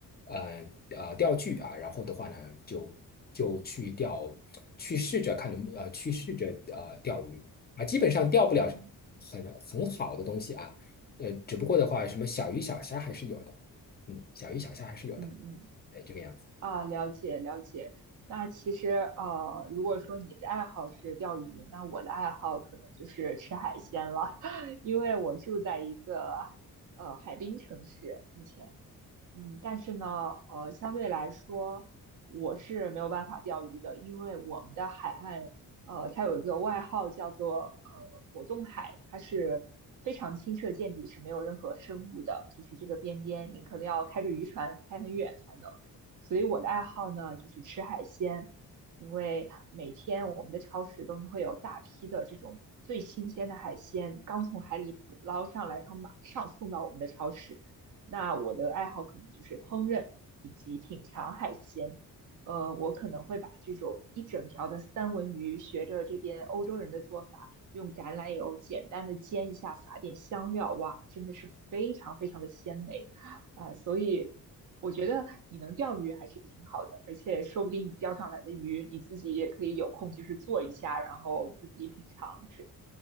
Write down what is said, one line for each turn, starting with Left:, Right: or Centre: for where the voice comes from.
Left: 呃呃钓具啊，然后的话呢就就去钓去试着看能呃去试着呃钓鱼啊，基本上钓不了
Right: 嗯。
Left: 很很好的东西啊，呃只不过的话什么小鱼小虾还是有的，嗯小鱼小虾还是有的，
Right: 嗯嗯。
Left: 哎这个样子。
Right: 啊，了解了解。那其实呃，如果说你的爱好是钓鱼，那我的爱好可能就是吃海鲜了，<laughs> 因为我住在一个呃海滨城市，目前。嗯，但是呢，呃，相对来说，我是没有办法钓鱼的，因为我们的海岸，呃，它有一个外号叫做呃果冻海，它是非常清澈见底，是没有任何生物的，就是这个边边你可能要开着渔船开很远才能。所以我的爱好呢，就是吃海鲜，因为每天我们的超市都会有大批的这种最新鲜的海鲜，刚从海里捕捞上来，然后马上送到我们的超市。那我的爱好可能就是烹饪以及品尝海鲜。呃，我可能会把这种一整条的三文鱼，学着这边欧洲人的做法，用橄榄油简单的煎一下，撒点香料，哇，真的是非常非常的鲜美啊，所以我觉得你能钓鱼还是挺好的，而且说不定你钓上来的鱼，你自己也可以有空就是做一下，然后自己品尝吃。